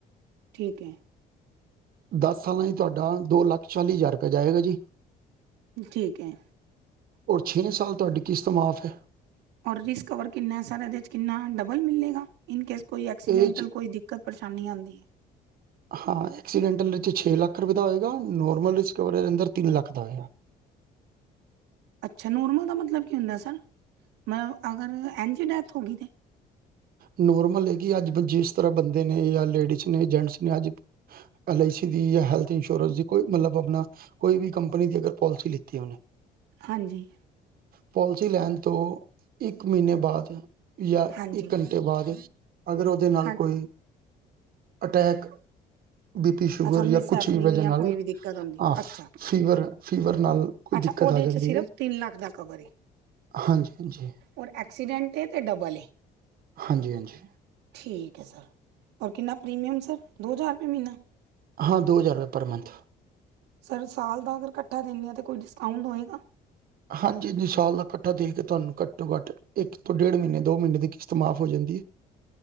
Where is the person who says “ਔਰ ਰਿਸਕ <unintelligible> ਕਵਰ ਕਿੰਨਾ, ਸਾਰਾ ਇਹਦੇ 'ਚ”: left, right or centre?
Right